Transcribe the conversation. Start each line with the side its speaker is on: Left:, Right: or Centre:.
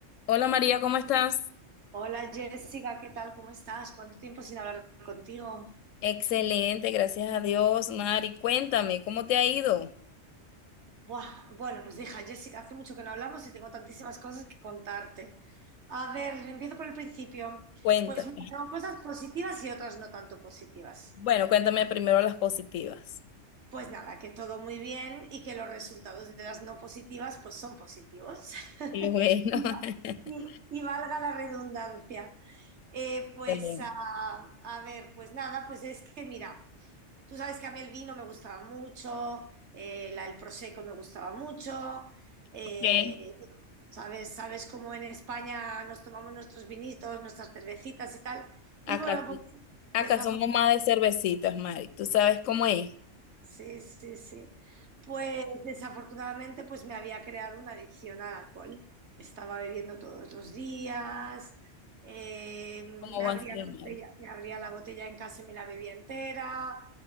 Left: Hola María, ¿cómo estás?
Right: Hola Jessica, ¿qué tal? ¿Cómo estás? ¿Cuánto tiempo sin hablar contigo?
Left: Excelente, gracias a Dios, Mari. Cuéntame, ¿cómo te ha ido?
Right: Buah, bueno, pues hija, Jessica, hace mucho que no hablamos y tengo tantísimas cosas que contarte. A ver, empiezo por el principio.
Left: Cuéntame.
Right: Pues mira, tengo cosas positivas y otras no tanto positivas.
Left: Bueno, cuéntame primero las positivas.
Right: Pues nada, que todo muy bien y que los resultados de las no positivas pues son positivos. <laughs>
Left: Qué bueno. <laughs>
Right: Y, y valga la redundancia. Eh, pues
Left: Excelente.
Right: a, a ver, pues nada, pues es que mira. Tú sabes que a mí el vino me gustaba mucho, eh, la- el prosecco me gustaba mucho. eh,
Left: Ok.
Right: sabes, sabes cómo en España nos tomamos nuestros vinitos, nuestras cervecitas y tal.
Left: Acá,
Right: Y bueno, pues desafor-
Left: acá somos más de cervecitas, Mari. ¿Tú sabes cómo es?
Right: sí, sí, sí. Pues desafortunadamente pues me había creado una adicción al alcohol. Estaba bebiendo todos los días, eh, me
Left: ¿Cómo va
Right: abría
Left: a ser,
Right: la botella,
Left: Mari?
Right: me abría la botella en casa y me la bebía entera.